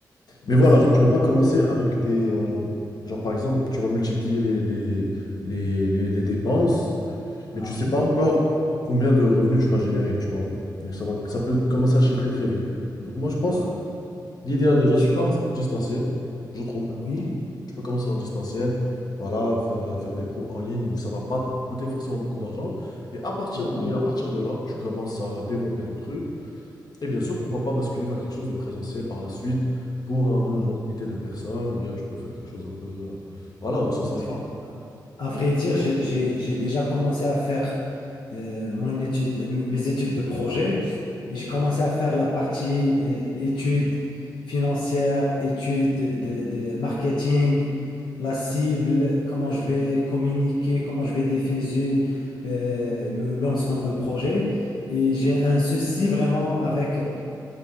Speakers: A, on the left; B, on the left.
A: merci.
B: Mais voilà, genre, tu peux pas commencer avec des... euh, genre, par exemple, tu vas multiplier les, les, les, les, les dépenses,
A: Ah
B: mais tu sais
A: oui.
B: Mhm. pas encore combien de revenus tu vas générer, tu vois. Donc, ça va, ça peut commencer à chiffrer très vite. Donc, moi, je pense
A: Ah oui.
B: L'idéal déjà,
A: J'ai
B: c'est de
A: comme,
B: commencer en distanciel, je trouve.
A: oui,
B: Tu peux commencer en distanciel, voilà, faire, euh, faire des cours en ligne où ça va pas te coûter forcément beaucoup d'argent. Et à partir,
A: euh,
B: et à partir de là, tu commences à développer ton truc. Et bien sûr, pourquoi pas basculer vers quelque chose de présentiel par la suite pour un nombre
A: euh,
B: limité de personnes, ou bien tu peux faire quelque chose un peu, euh, voilà, dans ce
A: c'est
B: sens-là.
A: vrai. À vrai dire, j'ai j'ai- j'ai déjà commencé à faire euh, mon étude, m- mes études de projet. Et J'ai commencé à faire la partie euh, études financières, études de, de marketing, la cible, comment je vais communiquer, comment je vais diffuser euh, le lancement de projet. Et j'ai un souci vraiment avec